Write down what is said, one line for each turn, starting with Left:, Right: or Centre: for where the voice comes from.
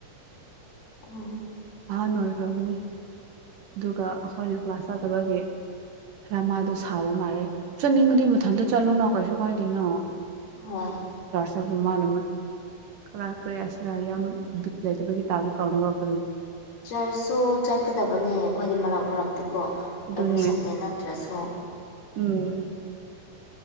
Left: ꯎꯝ
Right: ꯑꯍꯟ ꯑꯣꯏꯈ꯭ꯔꯕꯅꯤ ꯑꯗꯨꯒ ꯑꯩꯈꯣꯏꯅ ꯀ꯭ꯂꯥꯁ ꯆꯥꯠꯇꯕꯒꯤ ꯈꯔ ꯃꯥꯗꯣ ꯁꯥꯎꯕ ꯃꯥꯜꯂꯦ ꯆꯠꯅꯤꯡꯕꯗꯤ ꯃꯊꯟꯇꯣ ꯆꯠꯂꯨꯅꯣ ꯀꯩꯁꯨ ꯀꯥꯏꯗꯦꯅ
Left: ꯑ
Right: ꯕ ꯃꯥꯅ ꯀꯔ ꯀ ꯑꯁꯤꯗ ꯌꯥꯝ ꯗꯤꯛ ꯂꯩꯇꯕꯒꯤ ꯇꯥꯛꯗꯤ ꯀꯧꯔꯒ
Left: ꯆꯔꯆꯁꯨ ꯆꯠꯀꯗꯕꯅꯦ ꯑꯩꯈꯣꯏꯗꯤ ꯃꯔꯛ ꯃꯔꯛ ꯀꯣ
Right: ꯑꯗꯨꯅꯦ
Left: ꯑꯦꯕ꯭ꯔꯤ ꯁꯟꯗꯦ ꯅꯠꯇ꯭ꯔꯁꯨ
Right: ꯎꯝ